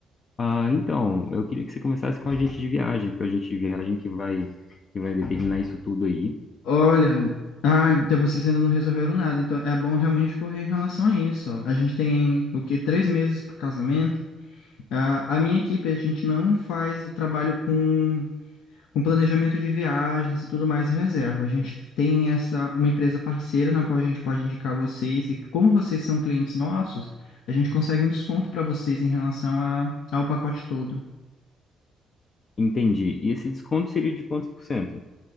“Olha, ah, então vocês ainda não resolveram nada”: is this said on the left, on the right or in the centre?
Left